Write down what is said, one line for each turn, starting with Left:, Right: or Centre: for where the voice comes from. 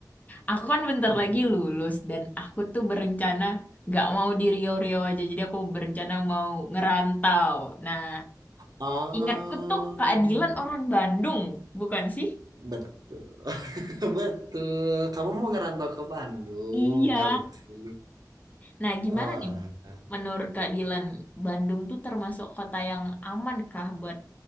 Left: Aku kan bentar
Right: <laughs>
Left: lagi lulus dan aku tuh berencana nggak mau di Riau-Riau aja. Jadi aku berencana mau ngerantau. Nah
Right: Oh,
Left: Ingatku tuh keadilan orang Bandung, bukan sih?
Right: betul. <laughs> Betul. Kamu mau ngerantau ke Bandung,
Left: Iya.
Right: kalau Lutfi.
Left: Nah, gimana
Right: Oh,
Left: nih?
Right: alah.
Left: Menurut keadilan Bandung tuh termasuk kota yang aman kah buat